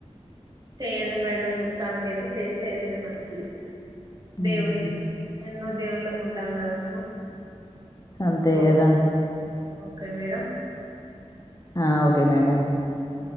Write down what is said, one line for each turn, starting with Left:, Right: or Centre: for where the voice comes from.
Right: చేయండి మేడం ముత్తానికైతే చేత్తే ఏదైనా మంచిది.
Left: ఉమ్
Right: దేవుడికి ఐ ఎన్నో దేవుళ్ళుకు ఉంటాం కదా మనం.
Left: అంతేగదా.
Right: ఓ Okay madam.
Left: అ ఓకే మేడం.
Right: అ